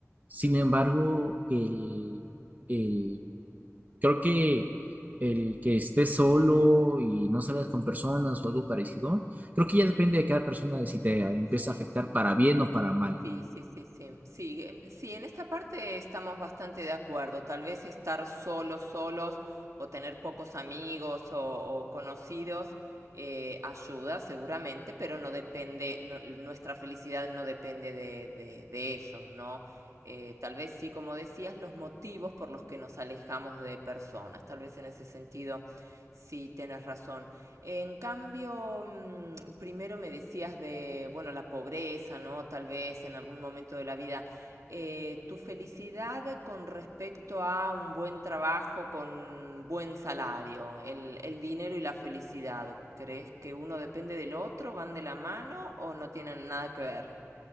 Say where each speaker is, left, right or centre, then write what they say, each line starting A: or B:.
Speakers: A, on the right; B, on the right.
A: Sin embargo, el, el Creo que el que estés solo y no salgas con personas o algo parecido, creo que ya depende de cada persona de si te empieza
B: Sí.
A: a afectar para bien o para mal.
B: Sí, sí, sí, sí. Sí, em, sí, en esta parte estamos bastante de acuerdo. Tal vez estar solos, solos, o tener pocos amigos o, o conocidos eh, ayuda seguramente, pero no depende, no- nuestra felicidad no depende de, de- de ellos, ¿no? Eh, tal vez sí, como decías, los motivos por los que nos alejamos de personas. Tal vez en ese sentido sí tenés razón. En cambio, mm, primero me decías de, bueno, la pobreza, ¿no? Tal vez en algún momento de la vida. Eh, tu felicidad con respecto a un buen trabajo con buen salario, el, el dinero y la felicidad, ¿crees que uno depende del otro, van de la mano o no tienen nada que ver?